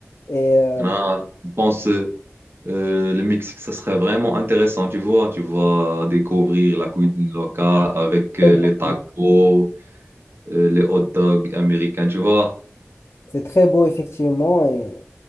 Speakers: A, on the left; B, on the right.
A: et euh,
B: Ah, je pense. euh, Euh, le Mexique, ça serait vraiment intéressant, tu vois. Tu vas découvrir la cuisine locale avec euh,
A: c'est très
B: les tacos,
A: beau,
B: euh, les hot dogs américains, tu vois.
A: c'est très beau, effectivement, et